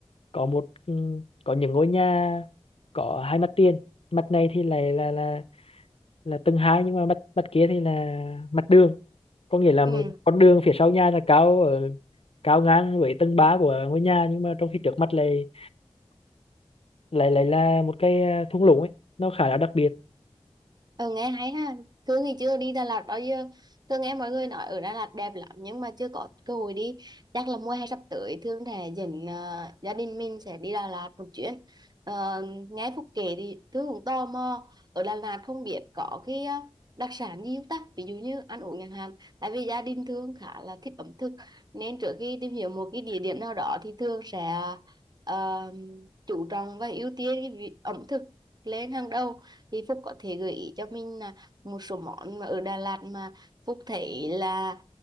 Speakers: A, on the left; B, on the right.
A: có một ừ, có những ngôi nhà có hai mặt tiền mặt này thì lại là là là tầng hai nhưng mà mặt mặt kia thì là mặt đường có nghĩa là
B: Ừ.
A: một con đường phía sau nhà là cao ở cao ngang với tầng 3 của ngôi nhà nhưng mà trong khi trước mặt lại lại lại là một cái ờ, thung lũng ấy nó khá là đặc biệt
B: Ừ, nghe hay ha. Thương thì chưa đi Đà Lạt bao giờ. Thương nghe mọi người nói ở Đà Lạt đẹp lắm nhưng mà chưa có cơ hội đi. Chắc là mùa hè sắp tới Thương sẽ dẫn ờ, gia đình mình sẽ đi Đà Lạt một chuyến. Ờ, nghe Phúc kể thì Thương cũng tò mò. Ở Đà Lạt không biết có cái ờ, đặc sản gì không ta? Ví dụ như ăn uống chẳng hạn. Tại vì gia đình Thương khá là thích ẩm thực nên trước khi tìm hiểu một cái địa điểm nào đó thì Thương sẽ ờ, chú trọng và ưu tiên cái vị- ẩm thực lên hàng đầu thì Phúc có thể gợi ý cho mình là một số món mà ở Đà Lạt mà Phúc thấy là